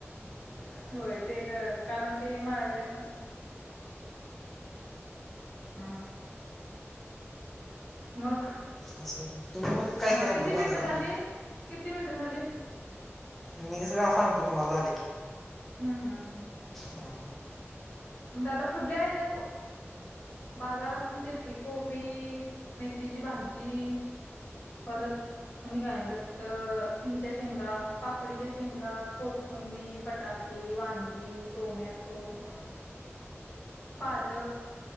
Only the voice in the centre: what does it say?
अ,
असं तुम्ही मग काय
काय आणलं
बाजारातून
मी स का सांगतो तुम्हाला झाले की.
हम्म.